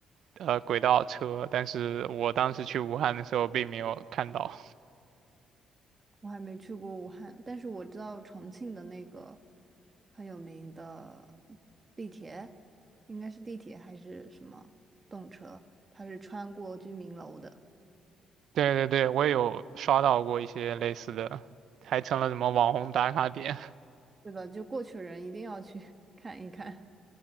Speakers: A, on the right (about 70°); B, on the right (about 30°).
A: 呃轨道车，但是我当时去武汉的时候并没有看到。
B: 我还没去过武汉，但是我知道重庆的那个很有名的地铁，应该是地铁还是什么动车，它是穿过居民楼的，
A: 对对对，我也有刷到过一些类似的，还成了什么网红打卡点。
B: 对吧？就过去人一定要去 <laughs> 看一看，